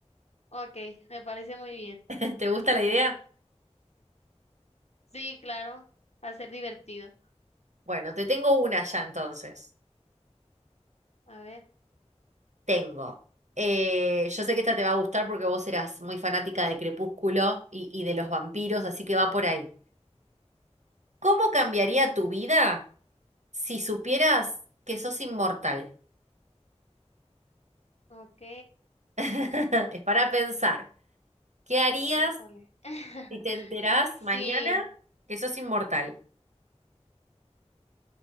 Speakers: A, on the left; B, on the right.
A: Ok, me parece muy bien.
B: <laughs> ¿Te gusta la idea?
A: Sí, claro, va a ser divertido.
B: Bueno, te tengo una ya entonces.
A: A ver,
B: Tengo. eh, yo sé que esta te va a gustar porque vos eras muy fanática de Crepúsculo y y de los vampiros, así que va por ahí. ¿Cómo cambiaría tu vida? Si supieras que sos inmortal,
A: ok,
B: <laughs> es para pensar, ¿qué harías
A: híjole. <laughs>
B: si te enterás
A: Sí,
B: mañana que sos inmortal?